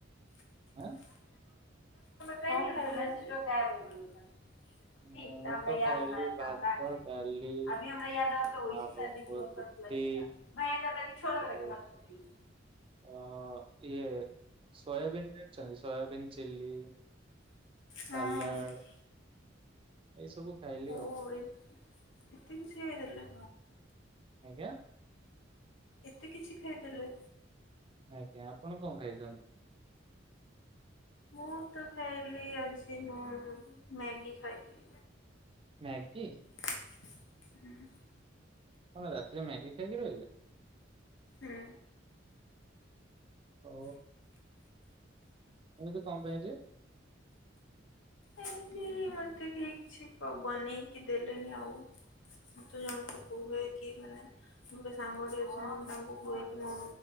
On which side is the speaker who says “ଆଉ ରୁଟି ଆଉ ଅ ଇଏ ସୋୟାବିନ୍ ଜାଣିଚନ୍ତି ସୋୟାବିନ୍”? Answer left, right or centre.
Right